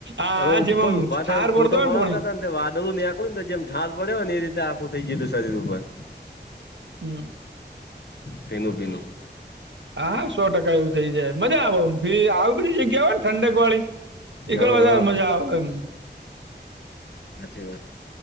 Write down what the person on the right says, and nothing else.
આ
જેમ આમ
ઠાર
વળતો
હોય
ને પોણી
હમ <unintelligible>
હા સો ટકા એવું થઇ જાય મજા આવે આવ બધી જગ્યા હોય ને ઠંડક વાળી ઈ
કણ વધારે
મજા આવે એમ